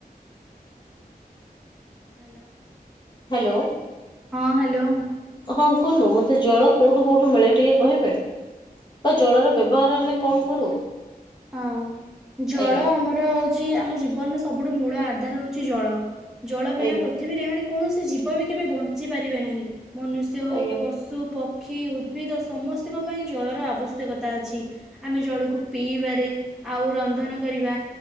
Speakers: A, in the centre; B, on the left.
A: ହାଲୋ।
B: ହେଲୋ।
A: ହଁ ହାଲୋ।
B: ହଁ କୁହନ୍ତୁ ମତେ ଜଳ କୋଉଠୁ କୋଉଠୁ ମିଳେ ଟିକେ କହିବେ? ବା ଜଳର ବ୍ୟବହାର ଆମେ କଣ କରୁ
A: ହଁ ଜଳ
B: ଆଜ୍ଞା
A: ଆମର ହୋଉଛି ଆମ ଜୀବନର ସବୁ ସବଠୁ ମୂଳ ଆଧାର ହୋଉଛି ଜଳ ଜଳ ବିନା
B: ଆଜ୍ଞା।
A: ପୃଥିବୀରେ ମାନେ କୌଣସି ଜୀବ ବି କେବେ ବଞ୍ଚି ପାରିବେ ନାହିଁ ମନୁଷ୍ୟ ହଉ
B: ଆଜ୍ଞା
A: ପଶୁ ପକ୍ଷୀ ପକ୍ଷୀ ଉଦ୍ଭିଦ ସମସ୍ତଙ୍କ ପାଇଁ ଜଳର ଆବଶ୍ୟକତା ଅଛି ଆମେ ଜଳକୁ ପିଇବ ଆଉ ରନ୍ଧନ କରିବା